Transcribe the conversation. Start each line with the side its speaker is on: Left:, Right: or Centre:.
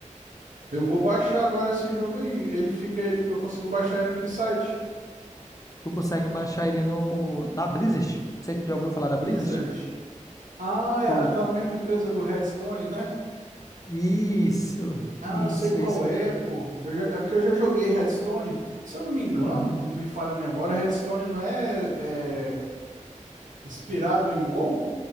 Right: Eu vou baixar agora esse jogo aí. Ele fica, ele, eu consigo baixar ele em que site?
Left: tu consegue baixar ele no, na Blizzard. Não sei se tu já ouviu falar da
Right: Blizzard.
Left: Blizzard.
Right: Ah, é
Left: Pô,
Right: aquela mesma empresa do Hearthstone, né?
Left: isso,
Right: Ah,
Left: isso,
Right: eu sei qual
Left: isso
Right: é,
Left: mesmo.
Right: pô. Eu já- é porque eu já joguei Hearthstone. Se eu não me engano,
Left: Uhum.
Right: não me falha a memória, Hearthstone não é, é inspirado em WoW?